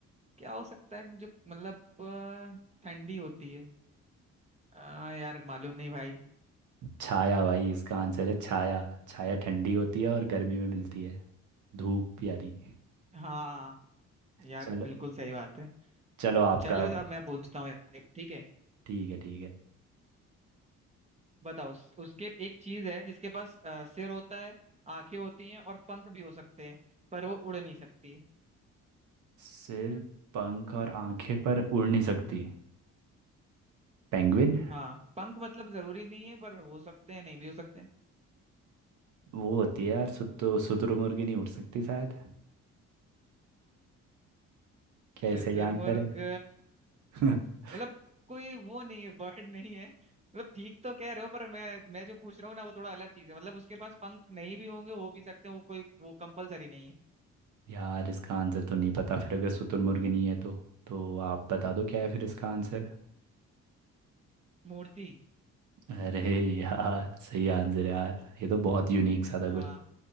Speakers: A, on the right; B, on the right.
A: क्या हो सकता है जो मतलब अ, ठंडी होती है आ, यार मालूम नहीं भाई
B: छाया भाई इसका आंसर है छाया छाया ठंडी होती है और गर्मी में मिलती है धूप यानी
A: हाँ यार
B: चलो
A: बिल्कुल सही बात है
B: चलो आपका
A: चलो
B: अब
A: अब मैं पूछता हूँ एक ठीक है
B: ठीक है ठीक है
A: बताओ उस- उसके एक चीज है जिसके पास अ, सिर होता है आंखें होती हैं और पंख भी हो सकते हैं पर वो उड़ नहीं सकती
B: सिर पंख और आंखें पर उड़ नहीं सकती पेंगुइन
A: हाँ पंख मतलब जरूरी नहीं है पर हो सकते हैं नहीं भी हो सकते हैं
B: वो होती है यार सुतु शुतुरमुर्गी नहीं उड़ सकती शायद क्या
A: शुतुरमुर्ग
B: ऐसा ही आंसर है <laughs>
A: मतलब कोई वो नहीं है बर्ड नहीं है मतलब ठीक तो कह रहे हो पर मैं मैं जो पूछ रहा हूँ ना वो थोड़ा अलग चीज है मतलब उसके पास पंख नहीं भी होंगे हो भी सकते हैं वो कोई वो कंपलसरी नहीं है
B: यार इसका आंसर तो नहीं पता फिर अगर शुतुरमुर्गी नहीं है तो तो आप बता दो क्या है फिर इसका आंसर
A: मूर्ति
B: अरे यार सही आंसर है यार ये तो बहुत यूनिक सा था
A: हाँ
B: कुछ